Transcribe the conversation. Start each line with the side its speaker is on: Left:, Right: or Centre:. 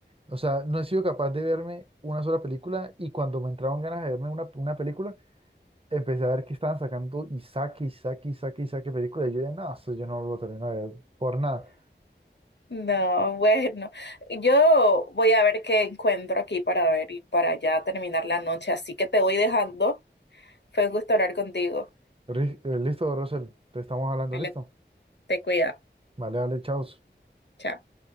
Right: o sea, no he sido capaz de verme una sola película y cuando me entraron ganas de verme una, una película, empecé a ver que estaban sacando y saque y saque y saque y saque película. Y yo dije, no, eso yo no lo termino de ver por nada.
Left: No, bueno, yo voy a ver qué encuentro aquí para ver y para ya terminar la noche. Así que te voy dejando. Fue un gusto hablar contigo.
Right: Ri- eh, Listo, Rosel, te estamos hablando,
Left: Ale,
Right: listo.
Left: te cuida.
Right: Vale, vale, chao.
Left: Chao.